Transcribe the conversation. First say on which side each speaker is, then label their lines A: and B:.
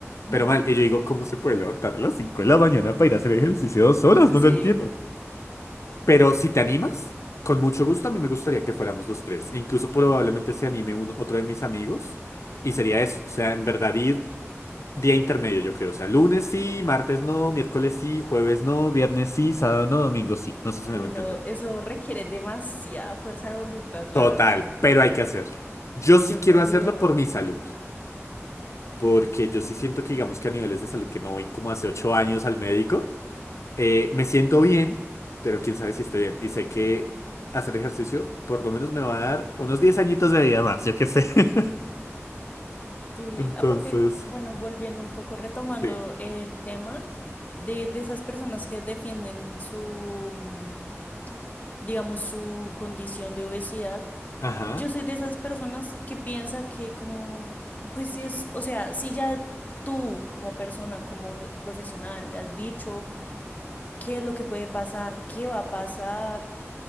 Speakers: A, on the left; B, on the left.
A: Pero
B: Mm,
A: mal, y yo digo, ¿cómo se puede levantar a las 5 de la mañana para ir a hacer ejercicio dos horas?
B: <laughs>
A: No
B: Sí.
A: lo entiendo. Pero si te animas, con mucho gusto, a mí me gustaría que fuéramos los tres. E Incluso probablemente se anime uno, otro de mis amigos. Y sería eso. O sea, en verdad ir día intermedio, yo creo. O sea, lunes sí, martes no, miércoles sí, jueves no, viernes sí, sábado no, domingo sí. No sé si me
B: Bueno,
A: va a entender.
B: eso requiere demasiada fuerza de voluntad, la
A: Total,
B: verdad.
A: pero hay que hacerlo. Yo
B: Yo
A: sí quiero
B: considero,
A: hacerlo por mi salud. Porque yo sí siento que, digamos que a niveles de salud que no voy como hace ocho años al médico. eh, me siento bien, pero quién sabe si estoy bien. Y sé que hacer ejercicio por lo menos me va a dar unos 10 añitos de vida más, yo qué sé. <laughs>
B: sí,
A: Entonces,
B: aparte, bueno, volviendo un poco, retomando
A: sí.
B: el tema de, de esas personas que defienden su, mm, digamos, su condición de obesidad,
A: Ajá,
B: yo soy de esas personas que piensa que como, pues sí es, o sea, si ya tú como persona, como profesional, le has dicho qué es lo que puede pasar, qué va a pasar